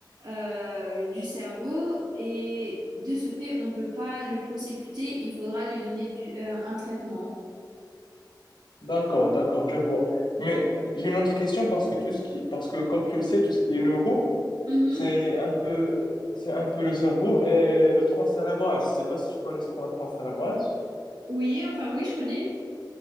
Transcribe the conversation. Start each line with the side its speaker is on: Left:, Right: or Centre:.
Right: euh, du cerveau et de ce fait, on ne peut pas le prosécuter, il faudra lui donner du- euh, un traitement.
Left: D'accord, d'accord, je vois. Mais j'ai une autre question parce que tout ce qui, parce que comme tu le sais, tout ce qui est neuro,
Right: Mhm.
Left: c'est un peu, c'est un peu le cerveau et le tronc cérébral. Je sais pas si tu connais ce qu'est le tronc cérébral.
Right: Oui, enfin, oui, je connais.